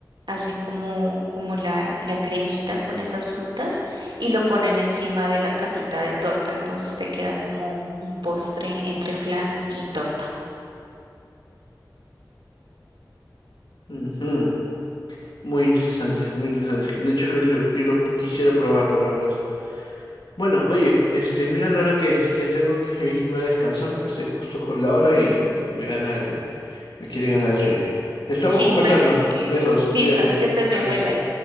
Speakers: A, on the right (about 85°); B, on the left (about 85°).
A: Hacen como, como la, la cremita con esas frutas y lo ponen encima de la capita de torta. Entonces te queda como un postre entre flan y torta.
B: Ujú. Muy interesante, muy interesante. De hecho, creo que quiero, quisiera probarlo, la verdad. Bueno, oye, este, mira la hora que es. Ya tengo que <laughs> irme a descansar, que estoy justo con la hora y que me gana el, me quiere ganar el sueño. Estamos
A: Sí,
B: conversando.
A: vale. <laughs> Eh,
B: Besos,
A: Listo,
B: cuídate.
A: que estés bien,
B: Adiós.
A: bye bye.